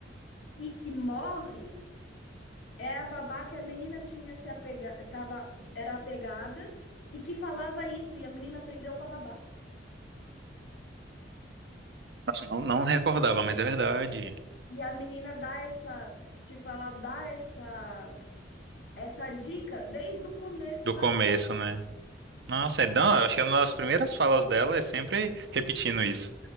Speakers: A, on the left; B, on the right.
A: e que morre, é a babá que a menina tinha se apega, tava, era apegada e que falava isso, e a menina aprendeu com a babá.
B: Nossa, não, não recordava, mas é verdade.
A: E a menina dá essa, tipo, ela dá essa essa dica desde o começo
B: Do
A: da
B: começo,
A: série.
B: né? Nossa, é, eu acho que é uma das primeiras falas dela é sempre repetindo isso.